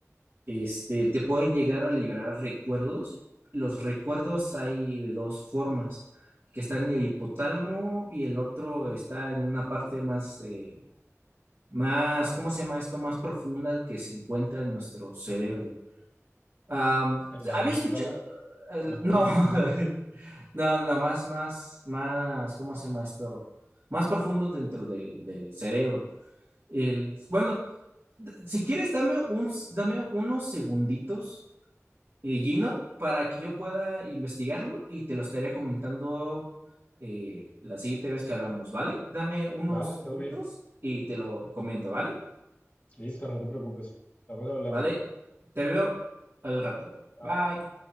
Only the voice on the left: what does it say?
En la
amígdala,
más
primitivo.
Vale, todo
bien.
Listo, no te preocupes. Estamos hablando.
Chao.